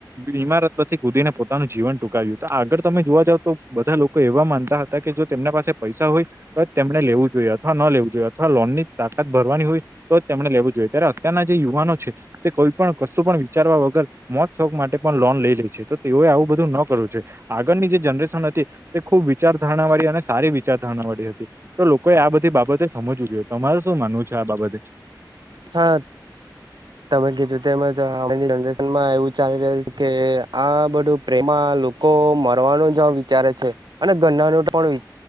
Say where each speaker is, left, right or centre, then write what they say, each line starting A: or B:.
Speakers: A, on the right; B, on the right.
A: ઈમારત પરથી કૂદીને પોતાનું જીવન ટૂંકાવ્યું તુ, આગળ તમે જોવા જાવ તો બધા લોકો એવા માનતા હતા કે જો તેમના પાસે પૈસા હોય તો તેમને લેવું જોઈએ અથવા ન લેવું જોઈએ અથવા લોનની તાકાત ભરવાની હોય તો જ તેમણે લેવું જોઈએ ત્યારે અત્યારના જે યુવાનો છે તે કોઈ પણ કશું પણ વિચારવા વગર મોત શોક માટે પણ લોન લઈ લે છે તો તેઓએ આવું બધું ન કરવું છે આગળની જે જનરેશન હતી ખુબ વિચાર ધારણા વાળી અને સારી વિચાર ધારણા વાળી હતી તો લોકોએ આ બધી બાબતે સમજવું જોઈ. તમારે શું માનવું છે આ બાબતે?
B: હા, તમે કીધુ તેમજ નમાં એવું ચાલી રહ્યું છે કે આ બધું પ્રેમા લોકો મરવાનું જ વિચારે છે. અને ગન્ના નોટ પણ